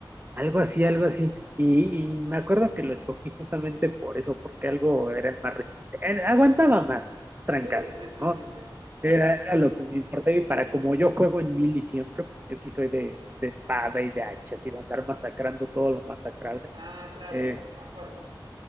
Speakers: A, on the right (about 25°); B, on the right (about 65°).
A: Algo
B: Sí,
A: así,
B: sí, sí.
A: algo así. Y, y me acuerdo que lo escogí justamente por eso, porque algo era el más resistente, eh, aguantaba más trancazos,
B: Sí, sí, sí,
A: ¿no?
B: sí, sí.
A: Era, era lo que me importaba y para como yo juego en mili siempre, yo sí soy de, de espada y de hachas y de andar masacrando todo lo masacrable.
B: Ah, claro,
A: Es,
B: cuerpo a cuerpo,